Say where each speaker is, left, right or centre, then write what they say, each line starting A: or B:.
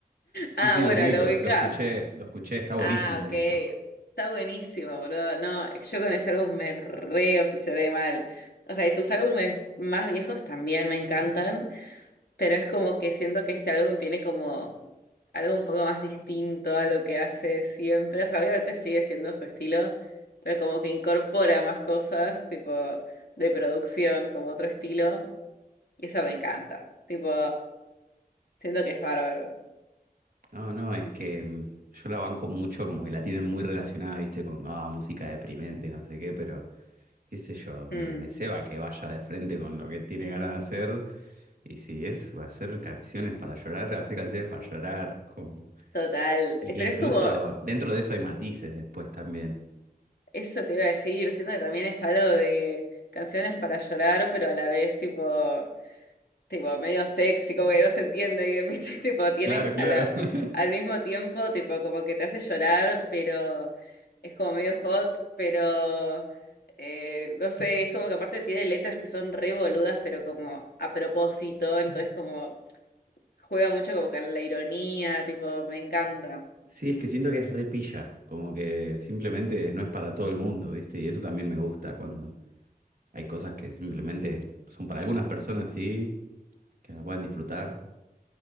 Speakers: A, on the right; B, on the left.
A: Sí,
B: Ah,
A: sí,
B: bueno,
A: lo ubico,
B: lo
A: lo,
B: ubicás.
A: lo escuché, lo escuché, está buenísimo
B: Ah,
A: el
B: ok.
A: disco.
B: Está buenísimo, boludo. No, yo con ese álbum me re obsesioné mal. O sea, y sus álbumes más viejos también me encantan pero es como que siento que este álbum tiene como algo un poco más distinto a lo que hace siempre. O sea, obviamente sigue siendo su estilo, pero como que incorpora más cosas, tipo, de producción, como otro estilo, y eso me encanta. Tipo, siento que es bárbaro.
A: No, no, es que mm, yo la banco mucho, como que la tienen muy relacionada, viste, con ah, música deprimente, no sé qué, pero qué sé yo, me,
B: Mm,
A: me ceba que vaya de frente con lo que tiene ganas de hacer Y si es para hacer canciones para llorar, hacer canciones para llorar. Como...
B: total.
A: Y
B: Eh,
A: que
B: Pero
A: incluso
B: es como,
A: dentro de eso hay matices después también.
B: eso te iba a decir, siento que también es algo de canciones para llorar, pero a la vez, tipo. tipo, medio sexy, como que no se entiende bien, <laughs> ¿viste? Tipo, tiene
A: Claro, claro.
B: a la-
A: <laughs>
B: al mismo tiempo, tipo, como que te hace llorar, pero es como medio hot, pero eh, no sé, es como que aparte tiene letras que son re boludas, pero como a propósito, entonces como juega mucho como con la ironía, tipo, me encanta,
A: Sí, es que siento que es repilla, como que simplemente no es para todo el mundo, ¿viste? Y eso también me gusta cuando hay cosas que simplemente son para algunas personas, sí, que la puedan disfrutar.